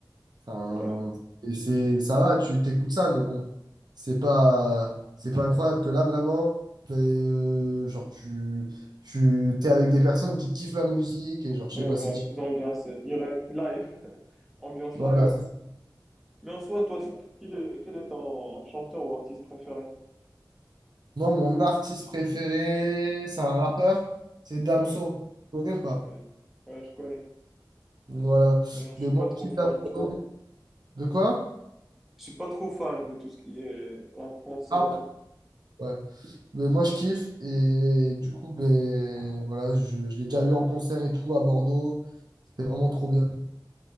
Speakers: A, on the right; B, in the centre.
A: enfin,
B: Ouais.
A: et c'est, ça va, tu t'écoutes ça, mais bon, c'est pas, c'est pas incroyable que là vraiment, ben, euh, genre tu, tu, t'es avec des personnes qui kiffent la musique et genre je
B: Ouais,
A: sais pas,
B: ben
A: c'est différent.
B: faisons bien, c'est direct, live, <laughs> ambiance
A: Voilà.
B: live. Mais en soi, toi, t- quel est, quel est ton chanteur ou artiste préféré?
A: Moi, mon artiste préféré, c'est un rappeur, c'est Damso.
B: Ouais,
A: Tu connais ou pas?
B: ouais, ouais, je connais.
A: Voilà.
B: Mais je
A: Mais
B: suis pas
A: moi,
B: trop
A: je kiffe
B: fan,
A: Damso.
B: tu vois.
A: De quoi?
B: Je suis pas trop fan de tout ce qui est rap français
A: Rap,
B: et tout.
A: ouais. Mais moi, je kiffe. Et du coup, ben, voilà, je, je l'ai déjà vu en concert et tout à Bordeaux. C'était vraiment
B: Ouais.
A: trop bien.